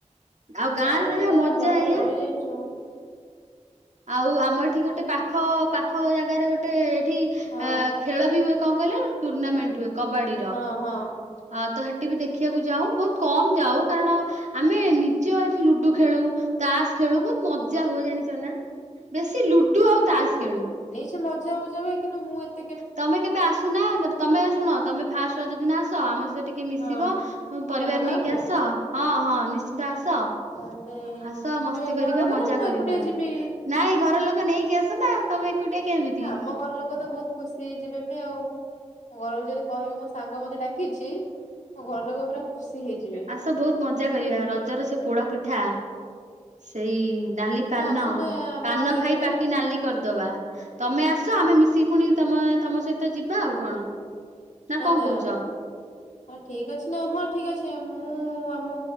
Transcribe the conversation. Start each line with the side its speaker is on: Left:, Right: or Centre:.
Right: ଆଉ ଗାଁରେ
Left: ଆମେମାନେ
Right: ରହିବା ମଜା
Left: ତ ବାହାରେ
Right: ଏଇଆ।
Left: ରହିଯାଇଚୁ।
Right: ଆଉ ଆମ ଏଠି ଗୋଟେ ପାଖ ପା ପାଖ ଜାଗାରେ ଗୋଟେ ଏଇଠି
Left: ହଁ
Right: ଆ ଖେଳ ବି ହୁଏ କଣ କହିଲ ଟୁର୍ଣ୍ଣାମେଣ୍ଟ୍ ହୁଏ କବାଡି।
Left: ହଁ ହଁ।
Right: ଅଁ ତ ହେଠି ବି ତ ଦେଖିବାକୁ ଯାଉ ବହୁତୁ କମ୍ ଯାଉ କାରଣ। ଆମେ ନିଜ ଏଠି ଲୁଡୁ ଖେଳୁ, ତାସ ଖେଳୁ ବହୁତ ମଜା ହୁଏ ଜାଣିଛ ନା। ବେଶୀ ଲୁଡୁ ଆଉ ତାସ ଖେଳୁ।
Left: କିନ୍ତୁ ମଜା, ମଜା କିନ୍ତୁ ମୁଁ ଏ।
Right: ତମେ କେବେ ଆସୁନା ତମେ ଶୁଣ ତମେ ଫାଷ୍ଟେ ରଜ ଦିିନ ଆସ ଆମ ସହିତ ଟିକେ ମିଶିବ।
Left: ହଁ
Right: ମୋ ପରିବାର
Left: ତମ ଗାଁକୁ
Right: ନେଇକି ଆସ ହଁ, ହଁ ନିଶ୍ଚିତ ଆସ।
Left: ତାହେଲେ
Right: ଆସ
Left: ଆମେ
Right: ମସ୍ତି କରିବା
Left: ଘର ଲୋକ
Right: ମଜା
Left: ନା ମୁଁ
Right: କରିବା
Left: ଏକୁଟିଆ ଯିବି?
Right: ନାଇଁ ଘର ଲୋକ ନେଇକି ଆସ ନା ତମେ। କୁଟେ କେ ବି।
Left: ନା ଆମ ଘର ଲୋକ ତ ବହୁତ ଖୁସି ହେଇଯିବେ ବି ଆଉ। ମୁଁ ଘରୁକୁ ଯଦି କହିବି ମୋ ସାଙ୍ଗ ମତେ ଡାକିଛି ମୋ ଘର ଲୋକ। ପୁରା ଖୁସି ହେଇଯିବେ।
Right: ଆସ ବହୁତୁ। ମଜା କରିବା ରଜର ସେ ପୋଡ ପିଠା ସେଇ ନାଲି।
Left: ତମେ
Right: ପାନ,
Left: ଆସୁନା ଆମ
Right: ପାନ
Left: ଆଡେ
Right: ଖାଇ
Left: କେବେ
Right: ପାଟି ନାଲି। କରିଦବା ତମେ ଆସ ଆମେ ମିଶି ପୁଣି ତମେ ତମ ସହିତ ଯିବା ଆଉ କ'ଣ।
Left: ନା,
Right: କଣ
Left: ନା।
Right: କହୁଛ?
Left: ହଁ ଠିକ ଅଛି ନା ହଁ ଠିକ ଅଛି ମୁଁ ଆମୋ